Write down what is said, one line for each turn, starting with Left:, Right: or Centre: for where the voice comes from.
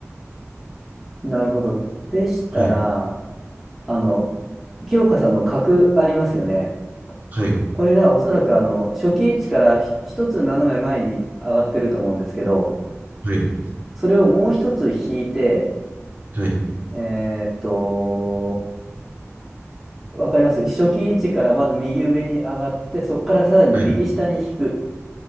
Centre: ー、なるほど。でしたら、
Right: はい、
Centre: あの、清香さんの角ありますよね。
Right: はい、
Centre: これがおそらくあの初期位置からひ一つ斜め前に上がってると思うんですけど、
Right: はい、
Centre: それをもう一つ引いて、
Right: はい、
Centre: えーっと、わかります初期位置からまず右上に上がって、そこからさらに右下に引く。
Right: はい、